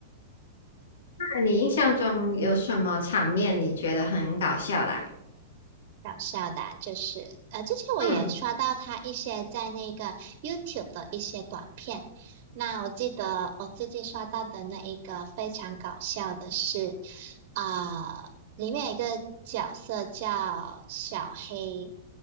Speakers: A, on the left; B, on the right.
A: 那你印象中有什么场面你觉得很搞笑的啊？
B: 搞笑的啊就是呃，之前我也刷到他一些在那个
A: 嗯
B: YouTube 的一些短片。那我记得我最近刷到的那一个非常搞笑的是，啊、里面有一个角色叫小黑。